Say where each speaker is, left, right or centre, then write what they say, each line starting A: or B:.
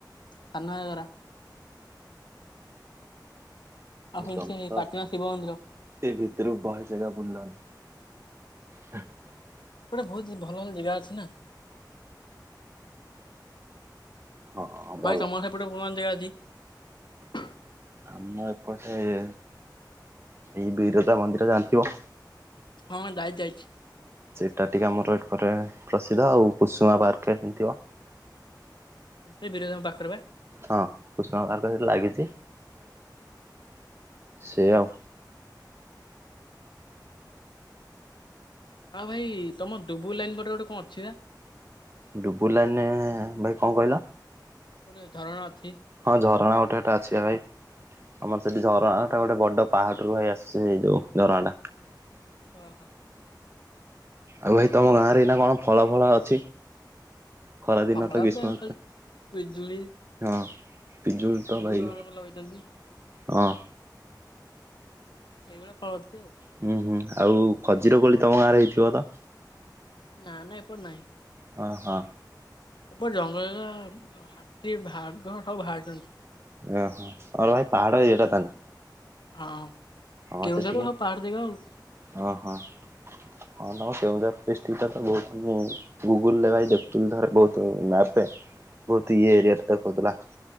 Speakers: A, on the left; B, on the right.
A: ସାନ ଘାଗରା ଆଉ ପୁଣି
B: ତମେ
A: ସେ
B: ତ
A: ପାଟଣା ଶିବ ମନ୍ଦିର
B: ଏ ଭିତରୁ ବହେ ଜାଗା ବୁଲିଲନି? ହ <unintelligible>
A: ଏପଟେ ବହୁତ ଜେ ଭଲ ଭଲ ଜେଗା ଅଛି ନା?
B: ହଁ
A: ଆଉ
B: ଭଲ
A: ଭାଇ ତମ ସେପଟେ ଭଗବାନ ଜାଗା ଅଛି?
B: ଆମ ଏପଟେ ଏ ଏଇ ବିରଜା ମନ୍ଦିର ଜାଣିଥିବ
A: ହଁ ଯାଇ ଯାଇଛି?
B: ଏଇଟା ଟିକେ ଆମର ଏକରେ ପ୍ରସିଦ୍ଧ। ଆଉ କୁସୁମା ପାର୍କ ଜାଣିଥିବ
A: ସେଇ ବିରଜାଙ୍କ ପାଖରେ ବା।
B: ହଁ କୁସୁମା ପାର୍କ ସେଇଟି ଲାଗିଛି। ସେୟା ଆଉ।
A: ଆଉ ଭାଇ ତମ ଡୁବୁରୀ ଲାଇନ ପଟେ ଗୋଟେ କଣ ଅଛି ବା?
B: ଡୁବୁରୀ ଲାଇନ ଭାଇ କଣ କହିଲ?
A: ଗୋଟେ ଝରଣା ଅଛି।
B: ହଁ ଝରଣା ଗୋଟେ ଏଟା ଅଛି ବା ଭାଇ। ଆମର ସେଠି ଝରଣା ଟା ଗୋଟେ ବଡ ପାହାଡରୁୁ ଭାଇ ଆସୁଛି ସେଇ ଯୋଉ ଝରଣା ଟା।
A: ଓହୋ।
B: ଆଉ ଭାଇ ତମ ଗାଁରେ ଏଇ ନା କଣ ଫଳ ଫଳ ଅଛି? ଖରାଦିନ
A: ଫଳ
B: ତ ଗ୍ରୀଷ୍ମଋତୁ,
A: ପୁରା ଖାଲି ପିଜୁଳି
B: ହଁ। ପିଜୁଳି ତ
A: ସେଉ
B: ଭାଇ
A: ଜଣକ ଲଗେଇଛନ୍ତି
B: ହଁ।
A: ଏଇଭଳିଆ ଫଳ ଅଛି ଆଉ।
B: ହୁଁ ହୁଁ ଆଉ ଖଜିର କୋଳି ତମ ଗାଁ ରେ ହେଇଥିବ ତ?
A: ନା ନା ଏପଟେ ନାହିଁ।
B: ହଁ ହଁ।
A: ଏପଟ ଜଙ୍ଗଲରେ ହାତୀ, ବାଘ ସବୁ ଭାଆରିଚନ୍ତି।
B: ଓହୋ ଆଉ ଭାଇ ପାହାଡ ଏରିଆଟା ତାହେଲେ?
A: ହଁ
B: ହଁ
A: କେଉଝର
B: ସେଠିକି
A: ରେ ସବୁ ପାହାଡ଼ ଦେଖିବ ଆଉ
B: ହଁ ହଁ। ହଁ ତମ କେଉଁଝର ଡିଷ୍ଟିକ ଟା ତ ବୋହୁତ ହ ଗୁଗଲ ରେ ଭାଇ ଦେଖୁଥିଲ ଥରେ ବହୁତ ମାପରେ ବହୁତ ଇଏ ଏରିଆ ଟା ଦେଖଉଥିଲା।